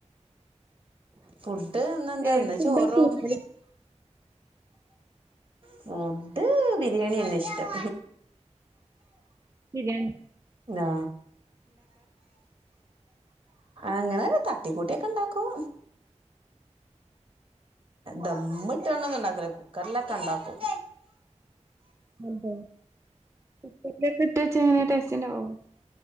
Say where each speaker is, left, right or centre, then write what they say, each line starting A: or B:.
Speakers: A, on the right (about 45°); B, on the right (about 20°).
A: ഫുഡ്ന്ന എന്താന്നാ
B: ഏത് ഫുഡാ
A: ചോറും
B: കൂടുതലും
A: ഫുഡ് ബിരിയാണി യണെ ഇഷ്ടം.
B: പിരിയാണ്
A: ആ അങ്ങനെ തട്ടിക്കൂട്ടിയൊക്കെ ഇണ്ടാക്കും. ദമ്മിട്ടാടൊന്നുംണ്ടാക്കൂല കുക്കറിലൊക്കെ ഉണ്ടാക്കും.
B: അതെ കുക്കറിലൊക്ക ഇട്ട വെച്ച എങ്ങനെയ ടേസ്റ്റ് ഉണ്ടാവോ